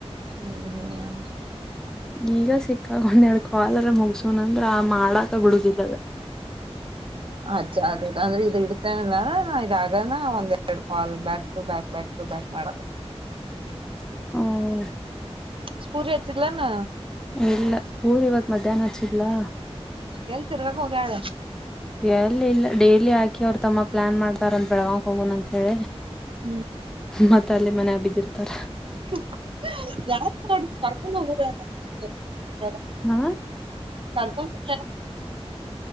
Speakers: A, on the right; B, in the centre.
A: ಹ್ಮ್ ಹ್ಮ್
B: ಈಗ ಸಿಕ್ಕಾಗ ಒಂದೆರಡು ಕಾಲ್ ಮುಗಸುನ ಅಂದ್ರ ಆ ಮಾಡಾಕ ಬಿಡುದಿಲ್ಲದ
A: ಅಚ್ಚಾ ಅದೇ ಅಂದ್ರೆ ಇದು ಇಡ್ತೇ ಅಂದ ನ ಇದ ಆಗನ ಒಂದೆರಡ್ call back to back back back ಮಾಡ
B: ಹ್ಮ
A: ಸ್ಪೂರಿ ಹಚ್ಚಲಾನ
B: ಎಲ್ಲ ಸ್ಕೂರ್ ಇವತ್ ಮಧ್ಯಾಹ್ನ ಹಚ್ಚಿದಲ್ಲಾ
A: ಎಲ್ಲಿ ತಿರ್ಗಾಕ ಹೋಗಿಯಾಳ
B: ಎಲ್ಲಿಲ್ಲ ಡೇಲಿ ಹಾಕಿ ಅವ್ರು ತಮ್ಮ ಪ್ಲಾನ್ ಮಾಡ್ತಾರ ಅಂತ ಬೆಳಗಾವಕ್ ಹೋಗೋಣ ಅಂತ ಹೇಳಿ
A: ಹ್ಮ್
B: ಮತ್ತ ಅಲ್ಲೇ ಮನ ಬಿದ್ದಿರ್ತಾರ
A: ಯಾರ <unintelligible>
B: ಹ್ಮ
A: ಕರ್ಕೊಂಡ ಯ <unintelligible>